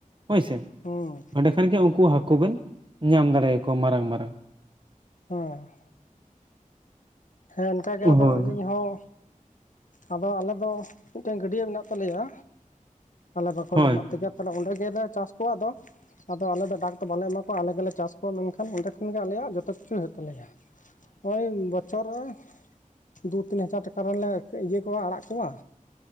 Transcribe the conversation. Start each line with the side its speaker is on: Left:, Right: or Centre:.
Right: ᱦᱳᱭᱥᱮ
Left: ᱦᱩᱸ
Right: ᱚᱸᱰᱮ ᱠᱷᱟᱱ ᱠᱷᱟᱱ ᱜᱮ ᱩᱱᱠᱩ ᱦᱟᱹᱠᱩ ᱵᱚᱱ ᱧᱟᱢ ᱫᱟᱲᱮᱭᱟᱠᱚᱣᱟ ᱢᱟᱨᱟᱝ ᱢᱟᱨᱟᱝ
Left: ᱦᱮᱸᱻ ᱦᱮᱸ ᱚᱱᱠᱟ ᱜᱮᱮ
Right: ᱦᱳᱭ
Left: ᱟᱫᱚ ᱟᱹᱞᱤᱧ ᱦᱚᱸ ᱟᱫᱚ ᱟᱞᱮ ᱫᱚ ᱢᱤᱫᱴᱮᱱ ᱜᱟᱹᱰᱭᱟᱹ ᱢᱮᱱᱟᱜ ᱛᱟᱞᱮᱭᱟ ᱟᱞᱮ ᱵᱟᱠᱷᱳᱞ
Right: ᱦᱳᱭ
Left: ᱨᱮᱱᱟᱜ ᱛᱮᱜᱮ ᱛᱟᱦᱚᱞᱮ ᱚᱸᱰᱮ ᱜᱮᱮᱞᱮ ᱪᱟᱥ ᱠᱚᱣᱟ ᱟᱫᱚ ᱟᱫᱚ ᱟᱞᱮ ᱫᱚ ᱰᱟᱠ ᱫᱚ ᱵᱟᱞᱮ ᱮᱢᱟ ᱠᱚᱣᱟᱞᱮ ᱜᱮᱞᱮ ᱪᱟᱥ ᱠᱚᱣᱟ ᱢᱮᱱᱠᱷᱟᱱ ᱚᱸᱰᱮ ᱠᱷᱚᱱᱜ ᱜᱮ ᱟᱞᱮᱭᱟᱜ ᱡᱚᱛᱚ ᱠᱤᱪᱷᱩ ᱦᱩᱭᱩᱜ ᱛᱟᱞᱮᱭᱟ ᱦᱳᱭ <unintelligible> ᱵᱚᱪᱷᱚᱨ ᱨᱮ ᱫᱩ ᱛᱤᱱ ᱦᱟᱡᱟᱨ ᱴᱟᱠᱟ ᱨᱮᱱᱞᱮ ᱤᱭᱟᱹ ᱠᱚᱣᱟ ᱟᱲᱟᱜ ᱠᱚᱣᱟ